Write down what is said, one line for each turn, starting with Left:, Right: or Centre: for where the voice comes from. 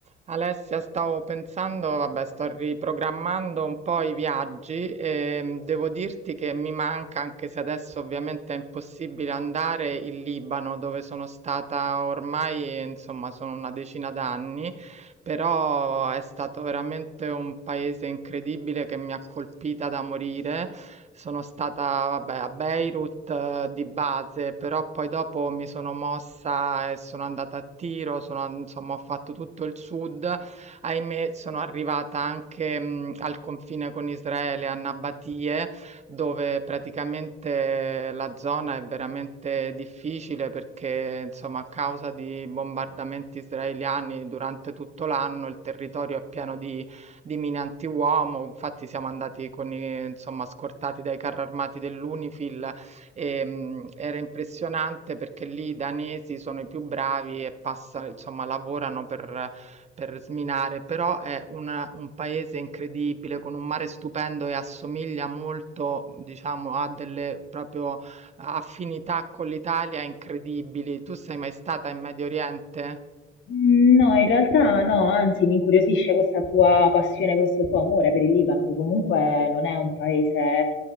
Right: Alessia, stavo pensando, vabbè, sto riprogrammando un po' i viaggi e devo dirti che mi manca, anche se adesso ovviamente è impossibile andare, il Libano, dove sono stata ormai, insomma, sono una decina d'anni però è stato veramente un paese incredibile che mi ha colpita da morire. Sono stata, vabbè, a Beirut eh, di base, però poi dopo mi sono mossa e sono andata a Tiro, sono, an- insomma, ho fatto tutto il sud. Ahimè, sono arrivata anche mh, al confine con Israele, a Nabatie dove praticamente la zona è veramente difficile perché, insomma, a causa di bombardamenti israeliani durante tutto l'anno il territorio è pieno di, di mine antiuomo. Infatti siamo andati con i, insomma, scortati dai carri armati dell'Unifil e mh, era impressionante perché lì i danesi sono i più bravi e passa, insomma, lavorano per per sminare, però è un, un paese incredibile con un mare stupendo e assomiglia molto, diciamo, a delle proprio affinità con l'Italia incredibili. Tu sei mai stata in Medio Oriente?
Left: Mm, No, in realtà no, anzi mi incuriosisce questa tua passione, questo tuo amore per il Libano, che comunque non è un paese,